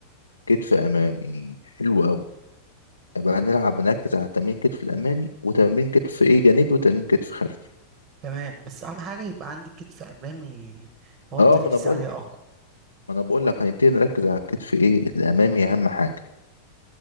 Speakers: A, on the left; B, on the right.
A: وكتف امامي حلو قوي يبقى هنلعب نركز على تمرين كتف الامامي وتمرين كتف ايه جانبي وتمرين كتف خلفي
B: تمام بس اهم حاجه يبقى عندي كتف امامي هو
A: اه
B: التركيز
A: ما انا بقول
B: عليه اقوى
A: ما انا بقول لك هنبتدي نركز على الكتف ايه الامامي اهم حاجه